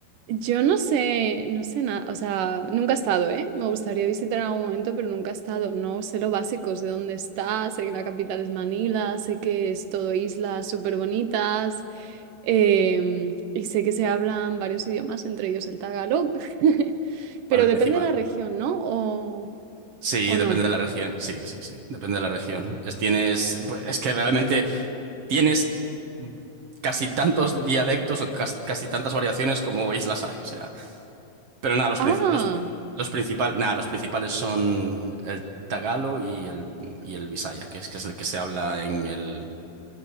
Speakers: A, on the right; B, on the right.
A: Yo no sé, no sé nada, o sea, nunca he estado, ¿eh? Me gustaría visitar en algún momento, pero nunca he estado. No sé lo básico, sé dónde está, sé que la capital es Manila, sé que es todo islas súper bonitas em, y sé que se hablan varios idiomas, entre ellos el tagalog, <laughs>
B: Bueno,
A: pero
B: el
A: depende
B: principal.
A: de la región, ¿no? ¿O,
B: Sí,
A: o
B: depende
A: no?
B: de la región. Sí, sí, sí, depende de la región. Es, tienes, pues, es que realmente tienes casi tantos dialectos o cas- casi tantas variaciones como islas hay. O sea, pero nada, los,
A: Ah,
B: princi- los, los principales, nada, los principales son el tagalo y el, y el bisaya, que es, que es el que se habla en el,